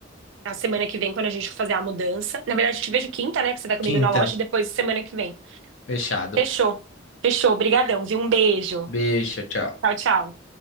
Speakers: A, on the right; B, on the left.
A: na semana que vem, quando a gente for fazer a mudança. Na verdade, eu te vejo quinta, né? Que você vai comigo
B: Quinta,
A: na loja e depois semana que vem.
B: fechado.
A: Fechou. Fechou. Obrigadão, viu? Um beijo.
B: Beijo, tchau.
A: Tchau, tchau.